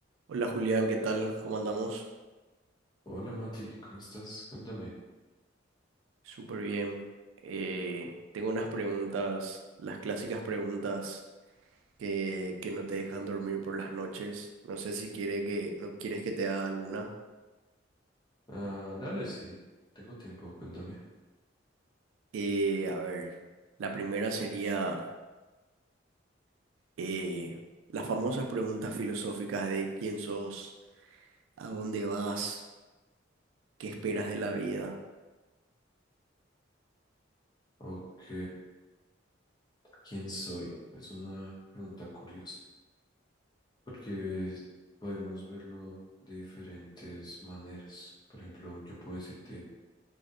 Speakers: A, on the right; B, on the left.
A: Hola Julián, ¿qué tal? ¿Cómo andamos?
B: Hola Mati, ¿cómo estás? Cuéntame.
A: Súper bien. Eh, tengo unas preguntas, las clásicas preguntas que, que no te dejan dormir por las noches. No sé si quiere que, no quieres que te haga alguna.
B: Ah, dale, sí, tengo tiempo, cuéntame.
A: Eh, a ver, la primera sería eh, las famosas preguntas filosóficas de quién sos, a dónde vas, qué esperas de la vida.
B: Ok, ¿quién soy? Es una pregunta curiosa, porque podemos verlo de diferentes maneras. Por ejemplo, yo puedo decirte